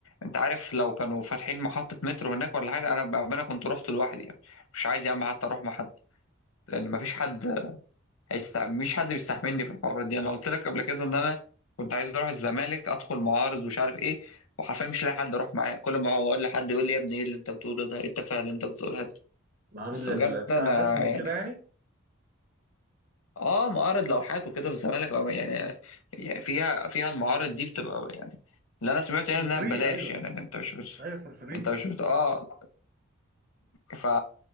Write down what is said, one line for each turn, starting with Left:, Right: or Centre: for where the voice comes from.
Left: انت عارف لو كانوا فاتحين محطه مترو هناك ولا حاجه انا بقى- انا كنت رحت لوحدي يعني مش عايز يا عم حتى اروح مع حد لان مفيش حد هيست... مش حد بيستحملني في الحوارات دي انا قلت لك قبل كده ان انا كنت عايز اروح الزمالك ادخل معارض ومش عارف ايه وحرفيا مش لاقي حد اروح معاه كل ما هو اقول لحد يقول لي يا ابني ايه اللي انت بتقوله ده ايه التفاهه اللي انت بتقولها دي
Right: معرض
Left: بس
Right: لل-
Left: بجد
Right: بتاع
Left: انا
Right: رسم وكده
Left: يعني
Right: يعني
Left: ح- اه معارض لوحات وكده في الزمالك آه، يعني يعني فيها فيها المعارض دي بتبقى يعني اللي انا سمعت يعني
Right: فور
Left: انها
Right: فري
Left: ببلاش
Right: ايوه
Left: يعني انت مش بت...
Right: ايوه فور فري
Left: انت مش بت... اه ف